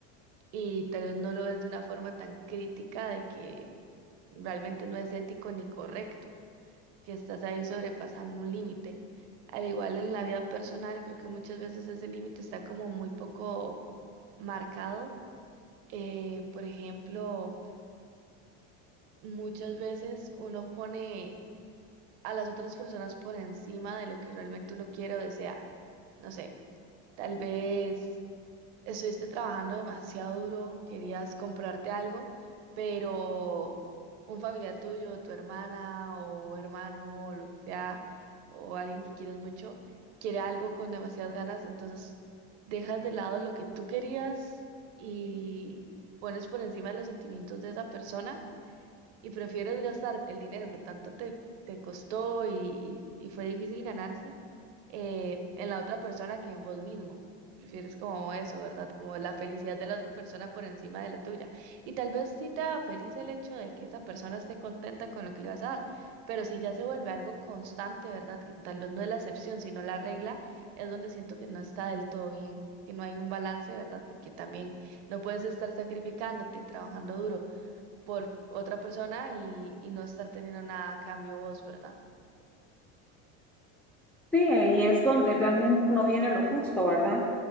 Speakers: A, on the right; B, in the centre.
A: y tal vez no lo ves de una forma tan crítica de que realmente no es ético ni correcto que estás ahí sobrepasando un límite. Al igual en la vida personal, creo que muchas veces ese límite está como muy poco marcado. Eh, por ejemplo, muchas veces uno pone a las otras personas por encima de lo que realmente uno quiere o desea. No sé, tal vez estuviste trabajando demasiado duro, querías comprarte algo, pero un familiar tuyo, tu hermana o hermano o lo que sea, o alguien que quieres mucho, quiere algo con demasiadas ganas, entonces dejas de lado lo que tú querías y pones por encima los sentimientos de esa persona y prefieres gastar el dinero que tanto te, te costó y, y y fue difícil ganarse eh, en la otra persona que en vos mismo. Prefieres como eso, ¿verdad? Como la felicidad de la otra persona por encima de la tuya. Y tal vez sí te haga feliz el hecho de que esa persona esté contenta con lo que le vas a dar, pero si ya se vuelve algo constante, ¿verdad? Que tal vez no es la excepción, sino la regla, es donde siento que no está del todo bien, que no hay un balance, ¿verdad? Porque también no puedes estar sacrificándote y trabajando duro por otra persona y, y no estar teniendo nada a cambio vos, ¿verdad?
B: Sí, y es donde realmente no viene lo justo, ¿verdad?